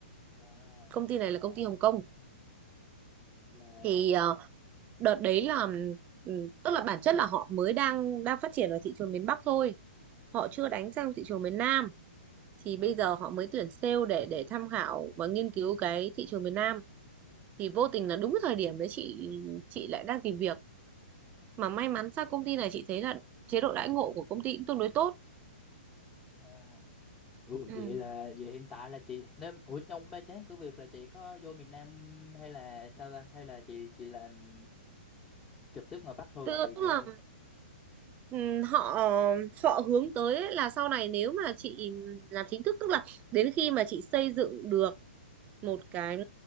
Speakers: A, on the left; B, on the right.
A: À.
B: Công ty này là công ty Hồng Kông.
A: là
B: Thì ờ, đợt đấy là ừm, tức là bản chất là họ mới đang đang phát triển ở thị trường miền Bắc thôi. Họ chưa đánh sang thị trường miền Nam. Thì bây giờ họ mới tuyển sale để để tham khảo và nghiên cứu cái thị trường miền Nam. Thì vô tình là đúng cái thời điểm đấy chị chị lại đang tìm việc mà may mắn sao công ty này chị thấy là chế độ đãi ngộ của công ty cũng tương đối tốt
A: à ủa,
B: ừ.
A: vậy là vậy hiện tại là chị nếu ủa trong ba chán cửa Việt là chị có vô miền Nam hay là sao ta hay là chị chị làm trực tiếp ngoài Bắc thôi
B: tức,
A: gọi điện
B: tức
A: vô
B: là
A: thôi
B: ừm, họ họ hướng tới ấy là sau này nếu mà chị làm chính thức tức là đến khi mà chị xây dựng được một cái